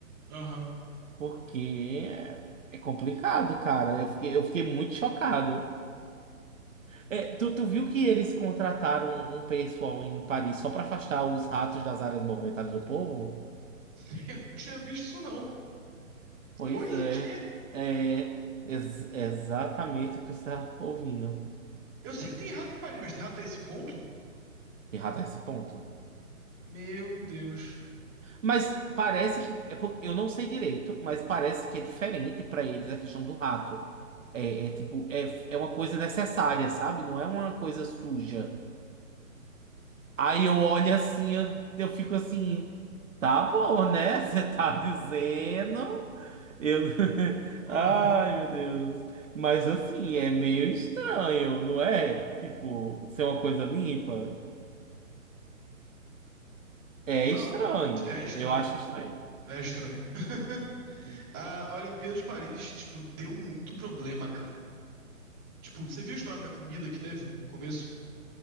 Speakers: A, on the right; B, on the right.
A: Aham.
B: Porque é é complicado, cara. Eu fiquei, eu fiquei muito chocado. É, tu, tu viu que eles contrataram um um pessoal em Paris só pra afastar os ratos das áreas movimentadas do povo?
A: <laughs> Eu não tinha visto isso, não.
B: Pois
A: Oi,
B: é,
A: quê?
B: é ex- exatamente o que você está ouvindo.
A: Eu sei que tem rato em Paris, mas tem rato a esse ponto?
B: Errado esse ponto.
A: Meu Deus.
B: Mas parece que é por- eu não sei direito, mas parece que é diferente para eles a questão do rato. É, é tipo, é, é uma coisa necessária, sabe? Não é uma coisa suja. Aí eu olho assim, eu, eu fico assim, tá bom, né? <laughs> Você tá dizendo. Eu... <laughs>
A: Aham.
B: Ai, meu Deus. Mas assim, é meio estranho, não é? Tipo, ser uma coisa limpa. É
A: Não,
B: estranho.
A: é estranho.
B: Eu acho estranho.
A: É estranho. <laughs>
B: E-
A: A, a Olimpíada de Paris, tipo, deu muito problema, cara. Tipo, você viu a história da comida que teve no começo?